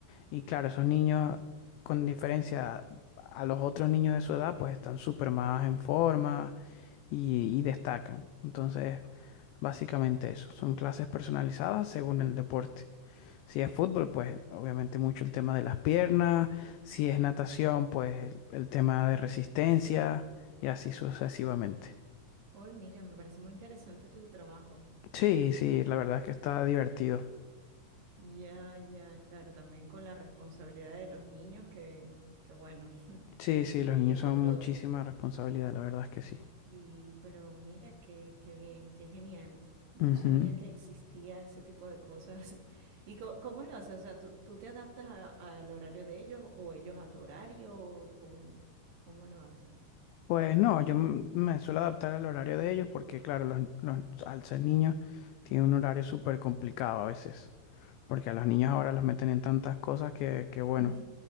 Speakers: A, on the left (about 85°); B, on the right (about 60°).
A: y claro, esos niños con diferencia a los otros niños de su edad, pues están súper más en forma y, y destacan. Entonces, básicamente eso, son clases personalizadas según el deporte. Si es fútbol, pues obviamente mucho el tema de las piernas. Si es natación, pues el, el tema de resistencia y así sucesivamente.
B: Hoy, mira, me parece muy interesante tu trabajo.
A: Sí, sí, la verdad es que está divertido.
B: Ya, ya, claro, también con la responsabilidad de los niños, que, que bueno, <laughs>
A: Sí, sí,
B: ya
A: los
B: ahí
A: niños
B: es
A: son
B: otro.
A: muchísima responsabilidad, la verdad es que sí.
B: Y, pero mira, qué, qué bien, qué genial. No
A: Ujú.
B: sabía que existía ese tipo de cosas. <laughs> ¿Y co- cómo lo haces? O sea, ¿tú, tú te adaptas a- al horario de ellos o ellos a tu horario? ¿O ¿Cómo, cómo lo haces?
A: Pues no, yo m- me suelo adaptar al horario de ellos porque, claro, los, los- al ser niños tiene un horario súper complicado a veces. Porque a los niños ahora los meten en tantas cosas que, que bueno.
B: <laughs>